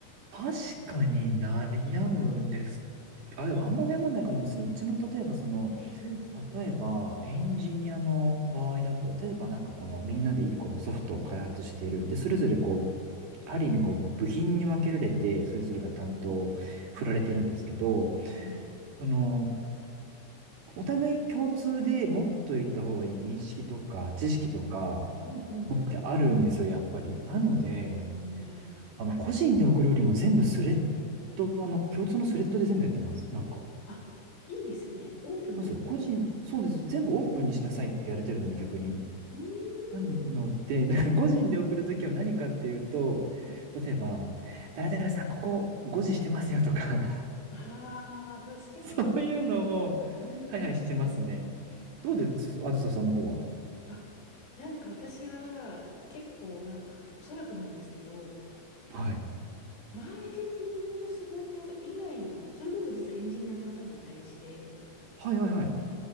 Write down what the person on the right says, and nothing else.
確かに悩むんです。あ、でもあんま悩まないかもですね。うちの例えばその、
例えば、エンジニアの場合だと、例えばなんかこのみんなで一個のソフトを開発している。で、それぞれこう、ある意味こう、部品に分けられて、それぞれが担当を振られてるんですけど、
その、お互い共通で持っといた方がいい認識とか知識とか、
持ってあるんですよ、やっぱり。なので、
あの、個人で送るよりも全部スレッド、あの、共通のスレッドで全部やってます。なんか。
そうですよ。個人、そうです。全部オープンにしなさいってやれてるので、逆に。
なので、<laughs> だから個人で送るときは何かっていうと、
例えば、誰々さん、ここ5時してますよとか
<laughs> そういうのを、
はいはい、してますね。どうですあずささんの方は。
はい。
はいはいはい。